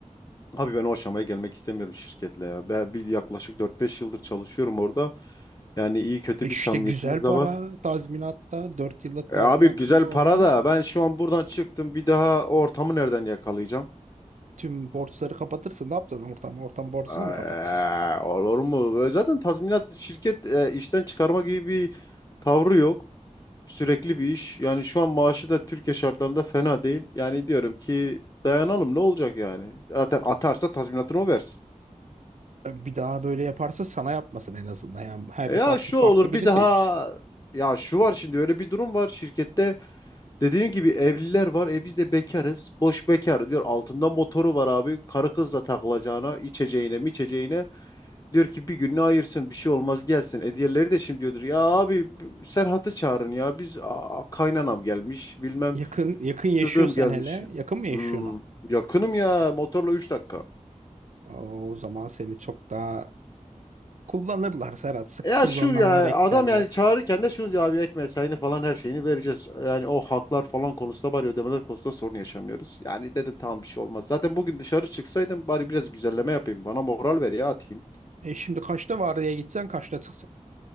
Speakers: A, on the left (about 30°); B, on the right (about 70°).
A: Abi ben o aşamaya gelmek istemiyorum şirketle ya. Ben bir yaklaşık dört beş yıldır çalışıyorum orada. Yani iyi kötü
B: E işte
A: bir samimiyetimiz
B: güzel para
A: de var.
B: tazminatta 4 yıllık tazminat.
A: E abi güzel
B: Oo.
A: para da ben şu an buradan çıktım bir daha o ortamı nereden yakalayacağım?
B: Tüm borçları kapatırsın. Ne yapacaksın ortam? Ortam borcunu
A: Eee,
B: mu kapatacak?
A: olur mu? Böyle Zaten tazminat şirket e, işten çıkarma gibi bir tavrı yok. Sürekli bir iş. Yani şu an maaşı da Türkiye şartlarında fena değil. Yani diyorum ki dayanalım ne olacak yani? Zaten atarsa tazminatını o versin.
B: Bir daha böyle yaparsa sana yapmasın en azından. Yani her
A: E
B: defasında
A: Ya şu
B: farklı
A: olur
B: biri
A: bir daha
B: seç.
A: ya şu var şimdi öyle bir durum var şirkette dediğim gibi evliler var e biz de bekarız boş bekar diyor altında motoru var abi karı kızla takılacağına içeceğine içeceğine diyor ki bir gününü ayırsın bir şey olmaz gelsin e diğerleri de şimdi diyordur ya abi b- Serhat'ı çağırın ya biz a- kaynanam gelmiş bilmem
B: Yakın yakın yaşıyorsan
A: dıdım gelmiş.
B: hele yakın mı yaşıyorsun?
A: Hmm, yakınım ya motorla 3 dakika.
B: O zaman seni çok daha kullanırlar Serhat. Sık
A: Ya
B: kullananlar
A: şu ya
B: eklerler.
A: adam yani çağırırken de şunu diyor abi ek mesaini falan her şeyini vereceğiz. Yani o haklar falan konusunda bari ödemeler konusunda sorun yaşamıyoruz. Yani dedim tamam bir şey olmaz. Zaten bugün dışarı çıksaydım bari biraz güzelleme yapayım. Bana moral ver ya Atin.
B: E şimdi kaçta vardiya gideceksin, kaçta çıkacaksın?